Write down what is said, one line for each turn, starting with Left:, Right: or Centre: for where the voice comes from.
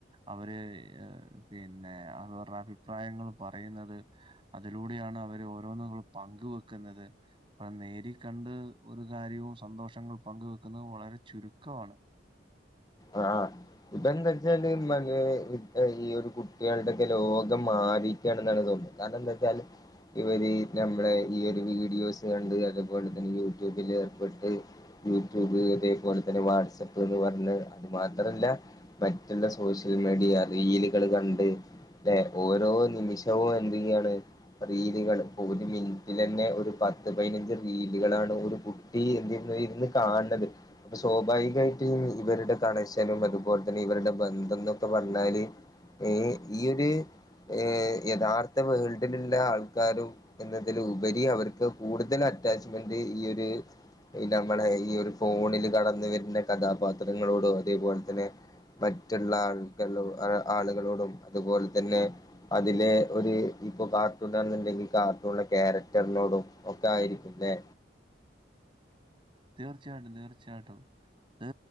Right: അവര് ഏഹ് പിന്നെ അവരുടെ അഭിപ്രായങ്ങൾ പറയുന്നത്. അതിലൂടെയാണ് അവര് ഓരോന്നും അവ് പങ്ക് വെക്കുന്നത്. പ്പ നേരി കണ്ട് ഒരു കാര്യവും സന്തോഷങ്ങൾ പങ്ക് വെക്ക്ന്നത് വളരെ ചുരുക്കവാണ്.
Left: അഹ് ആ. ഇപ്പ എന്താച്ചാല് മന് ഹ് ഈ ഒരു കുട്ടിയാളുടെക്കെ ലോകം മാറി. ട്ട്യാണ്ന്നാണ് തോന്നുന്നെ കാരണം എന്താച്ചാല്. ഇവര് നമ്ളെ ഈ ഒരു വീഡിയോസ് കണ്ട് അതുപോലെ തന്നെ യൂട്യൂബിൽ ഏർപ്പെട്ട്. യൂട്യൂബ് അതേപോലെതന്നെ വാട്സപ്പ് ന്ന് പറഞ്ഞഹ്. അത് മാത്രല്ല മറ്റുള്ള സോഷ്യൽ മീഡിയ റീലുകൾ കണ്ട്. ല്ലെ ഓരോ നിമിഷവും എന്തെയ്യാണ്. റീലുകൾ ഇപ്പൊ ഒരു മിന്റ്റിലെന്നെ ഒരു പത്ത് പയ്നഞ്ച് റീലുകളാണ് ഒര് കു ഈ <unintelligible> ഇര്ന്ന് കാണ്ണത് അപ്പൊ സ്വാഭാവികായിട്ട് ഇവരുടെ. കണഷനും അതുപോൽ തന്നെ ഇവരുടെ ബന്ധംന്നൊക്കെ പർഞ്ഞാല് ഈ ഈയൊര്. ഏഹ് യഥാർത്ഥ വേൾഡിൽള്ള ആൾക്കാരും. എന്നതിലുപരി അവർക്ക് കൂടുതൽ അറ്റാച്ച്മെന്റ് ഈ ഒര്. ഇ നമ്മളെ ഈ ഒരു ഫോണില് കടന്ന്വര്ന്ന കഥാപാത്രങ്ങളോടു അതേപോൽ തന്നെ. മറ്റുള്ള ആൾക ആളുകളോടും അതുപോൽ തന്നെ. അതില് ഒര് ഇപ്പൊ കാർട്ടൂണാന്ന്ണ്ടെങ്കി കാർട്ടൂൺലെ ക്യാരക്ടർനോടും ഒക്കെ ആയിരിക്കും ലെ.
Right: തീർച്ചയായ്ട്ടും തീർച്ചയായ്ട്ടും. ഇത്